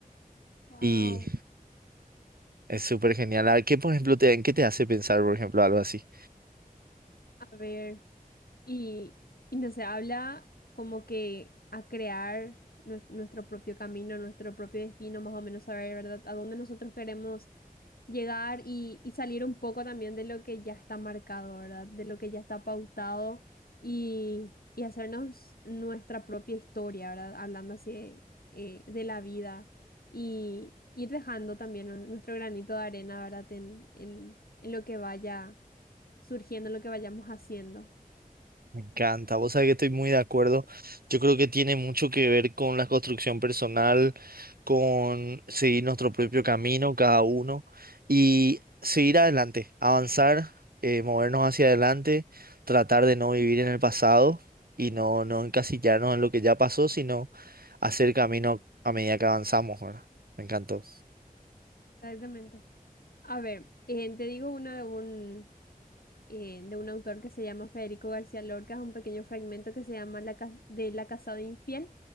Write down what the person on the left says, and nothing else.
Wow.
A ver, y, y no se habla como que a crear nue- nuestro propio camino, nuestro propio destino, más o menos saber, ¿verdad? A dónde nosotros queremos llegar y, y salir un poco también de lo que ya está marcado, ¿verdad? De lo que ya está pautado y, y hacernos nuestra propia historia, ¿verdad? Hablando así de, eh, de la vida y ir dejando también nue- nuestro granito de arena, ¿verdad? En, en, en lo que vaya surgiendo, en lo que vayamos haciendo.
Exactamente. A ver, eh, te digo una de un... eh, de un autor que se llama Federico García Lorca, es un pequeño fragmento que se llama la, ca- de La casada infiel